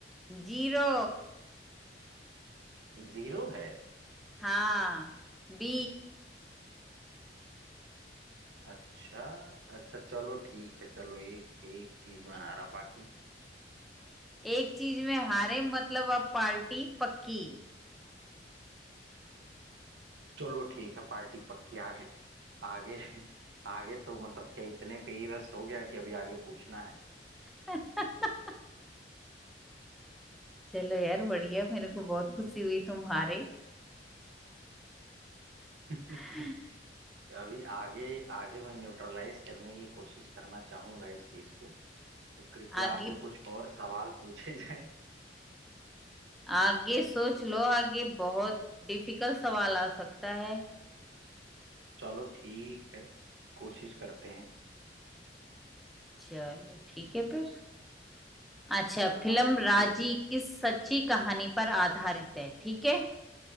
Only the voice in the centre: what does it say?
जीरो
हाँ बी
एक चीज में हारे मतलब अब पार्टी पक्की
<laughs> चलो यार बढ़िया मेरे को बहुत खुशी हुई तुम हारे
<laughs>
आगे
आगे सोच लो आगे बहुत डिफिकल्ट सवाल आ सकता है
चलो ठीक है फिर अच्छा फिल्म
राजी किस सच्ची कहानी पर आधारित है ठीक है